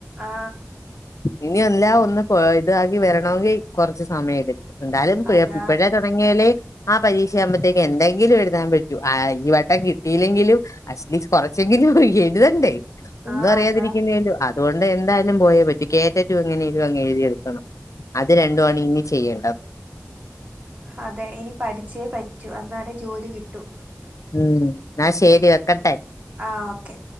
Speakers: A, on the right (about 30°); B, on the left (about 80°).
A: ആ
B: ഇനി എല്ലാ ഒന്ന് പോ ഇതാക്കി വരണങ്കി കൊറച്ച് സമയടുക്കു എന്തായാലും
A: അതാ
B: ഇപ്പഴ തുടങ്ങിയാലെ ആ പരീക്ഷ ആകുമ്പോഴത്തേക്ക് എന്തെങ്കിലും എഴുതാൻ പറ്റൂ. ആ ഈ വട്ടം കിട്ടിയിെങ്കിലും അറ്റ്ലീസ്റ്റ് കുറച്ചു എഴുതണ്ടേ ഒന്നും
A: ആ
B: അറിയാതിരിക്കുന്ന
A: അതാ
B: അതോ- എന്തായാലും പോയേ പറ്റു കേറ്ററ്റും എങ്ങനെയും അങ് എഴുതിയടുക്കണം. ഇത് രണ്ടു ആണ് ഇനി ചെയ്യേണ്ടത്.
A: അതെ ഇനി പഠിച്ചേ പറ്റൂ... അന്നാല ജോലി കിട്ടു...
B: ഉം ശരി വെക്കട്ടെ.
A: ആഹ് ഓക്കെ